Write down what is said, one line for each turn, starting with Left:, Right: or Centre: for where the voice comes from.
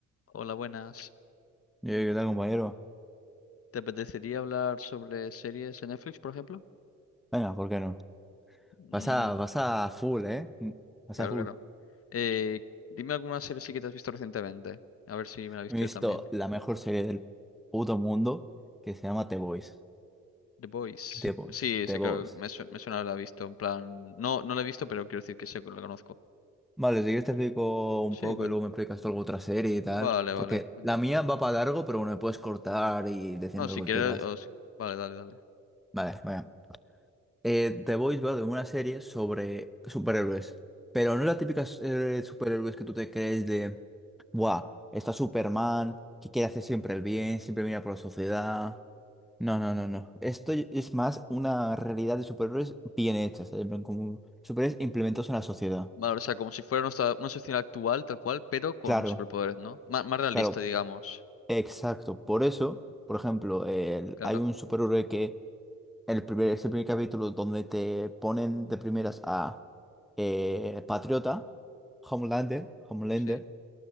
Left: Hola, buenas.
Centre: Eh, ¿Qué tal, compañero?
Left: ¿Te apetecería hablar sobre series en Netflix, por ejemplo?
Centre: Venga, ¿por qué no?
Left: Mm,
Centre: Vas a, vas a full, ¿eh? Mm, Vas
Left: claro,
Centre: a full.
Left: claro. Eh, dime alguna serie sí que te has visto recientemente. A ver si me la he visto
Centre: No He visto
Left: yo también.
Centre: la mejor serie del puto mundo que se llama The Boys.
Left: The Boys.
Centre: The Boys,
Left: Sí,
Centre: The
Left: sé
Centre: Boys.
Left: que me, su- me suena haberla visto. En plan, no, no la he visto, pero quiero decir que sé que la conozco.
Centre: Vale, si quieres te explico un
Left: Sí,
Centre: poco
Left: cuen-
Centre: y luego me explicas tú alguna otra serie y
Left: vale,
Centre: tal.
Left: vale.
Centre: Porque
Left: Cuéntame.
Centre: la mía va para largo, pero bueno, me puedes cortar y decirme
Left: No, si
Centre: lo que
Left: quieres.
Centre: quieras.
Left: o si- Vale, dale, dale.
Centre: Vale, venga. Eh, The Boys va de una serie sobre superhéroes, pero no las típicas eh, superhéroes que tú te crees de, ¡buah! Está Superman, que quiere hacer siempre el bien, siempre mira por la sociedad. No, no, no, no. Esto es más una realidad de superhéroes bien hecha, ¿sabes? En plan, Como superhéroes implementados en la sociedad.
Left: Vale, o sea, como si fuera nuestra, una sociedad actual, tal cual, pero con
Centre: Claro,
Left: superpoderes, ¿no? Má- más realista,
Centre: claro,
Left: digamos.
Centre: exacto. Por eso, por ejemplo, el-
Left: Claro.
Centre: hay un superhéroe que el primer, ese primer capítulo donde te ponen de primeras a eh, Patriota, Homelander, Homelander,
Left: Sí,